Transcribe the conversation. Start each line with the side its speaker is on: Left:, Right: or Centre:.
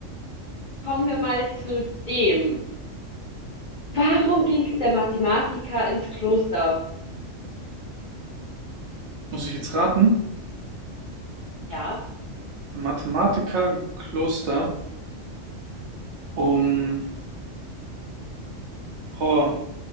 Left: kommen wir mal zu dem. Warum ging der Mathematiker ins Kloster?
Right: Muss ich jetzt raten?
Left: Ja,
Right: der Mathematiker im Kloster, um, boah,